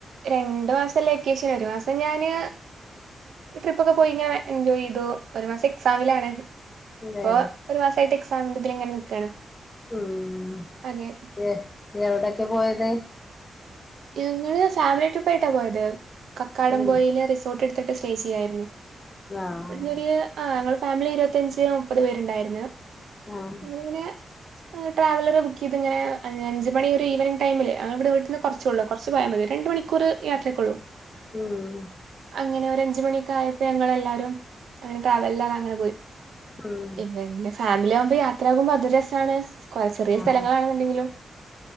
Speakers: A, on the right; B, on the left.
A: രണ്ടു മാസല്ല വെക്കേഷൻ ഒരു മാസം ഞാന് ട്രിപ്പ ഒക്കെ പോയി ഇങ്ങനെ എൻജോയ് ചെയ്തു ഒരു മാസം എക്സാമിലാണ്
B: ഇല്ലേ
A: ഇപ്പൊ ഒരു മാസമായിട്ട് എക്സാമി ന്റെ അതില് ങ്ങനെ നിക്കാണ്
B: ഉം
A: അതെ
B: എ എവിടെ ഒക്കെ പോയത്
A: ഞങ്ങള് ഫാമിലി ട്രിപ്പ് ആയിട്ടാ പോയത് കക്കാടംമ്പോയിലെ
B: ഉം
A: റിസോർട്ട് ട്ത്ത്ട്ട് സ്റ്റെ ചെയ്‌യായിരുന്നു
B: ആഹ്
A: <unintelligible> ആ ഫാമിലി ഇരുപത്തിയഞ്ച് മുപ്പത് പേരുണ്ടായിരുന്നു
B: ആഹ്
A: ഇങ്ങനെ ട്രാവലർ ബുക്ക് ചെയ്ത് ഇങ്ങനെ അ അഞ്ച് മണി ഒരു ഈവനിംഗങ് ടൈമില് അവിടെ വീട്ടിൽന്ന് കുറ കു കുറച്ച് പോയാൽ മതി രണ്ട് മണിക്കൂർ യാത്രയ്ക്കുള്ളൂ
B: ഉം
A: അങ്ങനെ ര അഞ്ച് മണിഒക്കെആയപ്പോ ഞങ്ങളെല്ലാരും അങ്ങനെട്രാവൽല്ലാ അങ്ങനെ പോയി
B: ഉം
A: ഇല്ല ഇല്ല ഫാ ലാവുമ്പോ യാത്ര ആകുമ്പോ അത് രസാണ്. സ് ചെറിയ
B: ആഹ്
A: സ്ഥലങ്ങളണെന്നുണ്ടെങ്കിലും